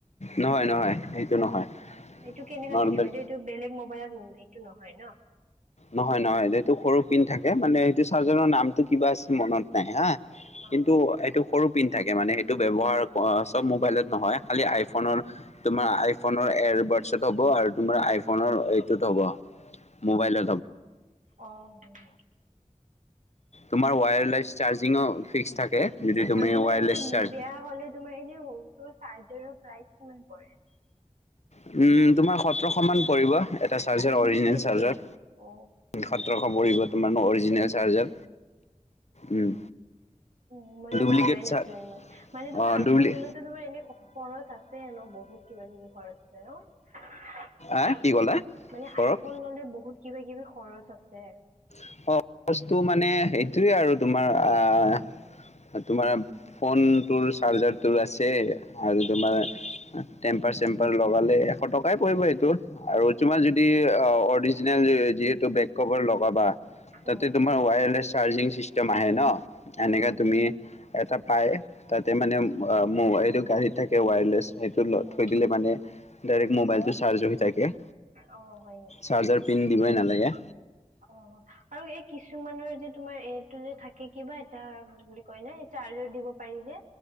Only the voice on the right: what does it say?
অ এইটো কেনেককা
থাকে মইটোএইটো বেলেগ মোবাইলত এইটো নহয় হয় ন
অ
উম অ উম
আৰু তোমাৰ
এনে
বেয়া হলে এনে সৰু চাৰৰ্জাৰৰ প্ৰাইচ কিমান পৰে
ইমান
বেছি
অ
উম মইতো
ভাবাই নাছিলো
ইমান। মানে তোমাৰ
আইফোন
ললেতো তোমাৰ এনে খ খৰচ আছে ন বহুত কিবা কিবি? খৰচ আছে ন।
মানে
আই ফোন ল'লে বহুত কিবা কিবি খৰচ আছে।
উম,
উম,
উম,
উম,
অ',
উম,
অ', হয় নেকি?
অ আৰু এই কিছুমানৰ যে তোমাৰ এইটো যে থাকে কিবা এটা বুলি কয় নে চাৰ্জত দিব পাৰি যে